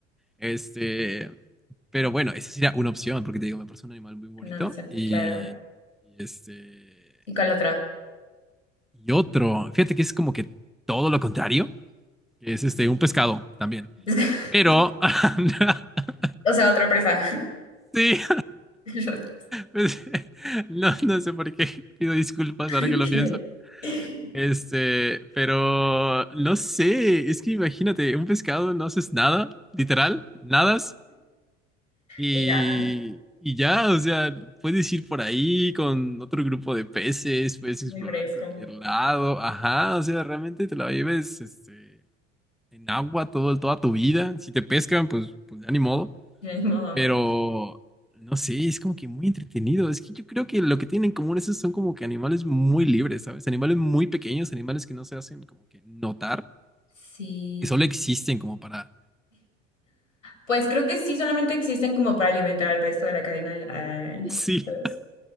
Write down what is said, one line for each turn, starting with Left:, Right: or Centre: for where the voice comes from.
Centre: este, pero bueno, esa sería una opción, porque te digo, me parece un animal muy bonito,
Left: Una opción,
Centre: y,
Left: claro.
Centre: y este,
Left: ¿Y cuál otra?
Centre: y otro, fíjate que es como que todo lo contrario, es este, un pescado también,
Left: <laughs>
Centre: pero... <laughs>
Left: O sea, otra presa.
Centre: Sí,
Left: <laughs>
Centre: Pues, <laughs> No, no sé por qué. Pido disculpas ahora
Left: Ok.
Centre: que lo pienso.
Left: <laughs>
Centre: Este, pero no sé, es que imagínate, un pescado no haces nada, literal, nadas y,
Left: Y ya, ¿no?
Centre: y ya, o sea, puedes ir por ahí con otro grupo de peces, puedes
Left: muy
Centre: explorar
Left: fresco.
Centre: cualquier lado, ajá, o sea, realmente te la lleves este, en agua todo, toda tu vida. Si te pescan, pues, pues ya ni modo.
Left: De modo, ¿no?
Centre: Pero no sé, es como que muy entretenido. Es que yo creo que lo que tienen en común esos son como que animales muy libres, ¿sabes? Animales muy pequeños, animales que no se hacen como que notar,
Left: Sí.
Centre: que solo existen como para...
Left: Pues creo que sí, solamente existen como para alimentar al resto de la cadena. del- ay,
Centre: <laughs> Sí.
Left: pues,